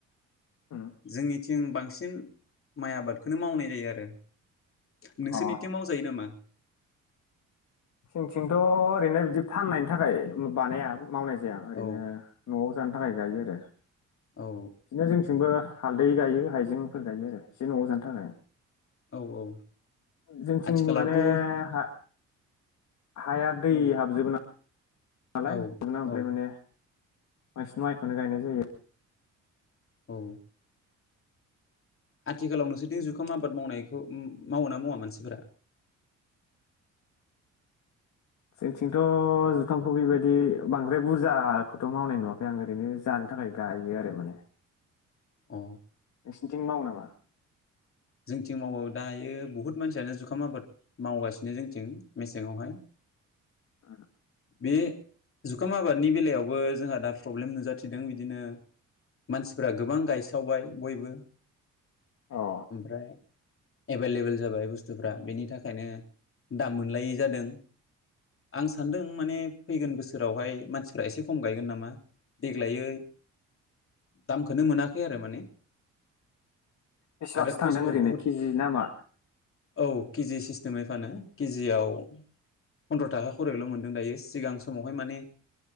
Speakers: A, on the left; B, on the left.
A: उम
B: जोंनिथि जों बांसिन माइ आबादखौनो मावनाय जायो आरो नोंसोरनिथिं
A: अ
B: मावजायो नामा?
A: जोंनिथिंथ ओरैनो बिदि फाननायनि थाखाय बानाया। मावनाय जाया ओरैनो
B: औ
A: नआव जानो थाखाय गायो आरो
B: औ
A: बिदिनो जोंथिंबो हालदै गायो हाइजेंफोर गायो आरो एसे नआव जानो थाखाय
B: औ औ
A: जोंनिथिं
B: आथिखालावथ'
A: माने हा हाया दै
B: बुंलाय
A: हाबजोबो ना नालाय
B: औ
A: बिदिनो ओमफ्राय
B: औ
A: माने बांसिन माइखौनो गायनाय जायो।
B: औ आथिखालाव नोंसोरनि जुखाम आबाद मावनायखौ मावो ना मावा मानसिफोरा?
A: जोंथिंथ' जुखामखौ बेबायदि बांद्राय बुरजाखौथ' मावनाय नुवाखै आं ओरैनो जानो थाखाय गायो आरो माने।
B: अ
A: नोंसिनिथिं मावो नामा?
B: जोंथिं मावो दायो बुहुत मानसियानो जुखाम आबाद मावगासिनो जोंथिं मेसेङावहाय।
A: ओम
B: बे जुखाम आबादनि बेलायावबो जोंहा दा प्रब्लेम नुजाथिदों बिदिनो मानसिफ्रा गोबां गायसावबाय। बयबो
A: अ
B: ओमफ्राय एबेलेबेल जाबाय बुस्थ बुस्थुफ्रा बेनि थाखायनो दाम मोनलायै जादों आं सा सानदों माने फैगोन बोसोरावहाय मानसिफ्रा एसे खम गायगोन नामा देग्लाय दामखौनो मोनाखै आरो माने।
A: बेसेबांसो
B: आरो
A: थांदों
B: खस्थ'
A: ओरैनो
B: बुहुद
A: के जि नामा
B: औ के जि सिस्टेमै फानो केजियाव फन्द्र थाखा खरैल' मोनदों दायो सिगां समावहाय माने